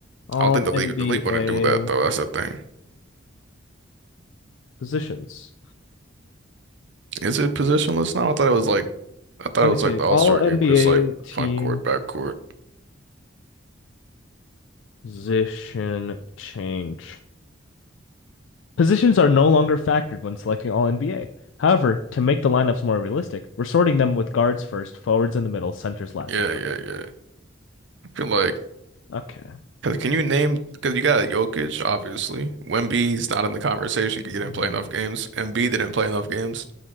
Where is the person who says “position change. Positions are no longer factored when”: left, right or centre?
Left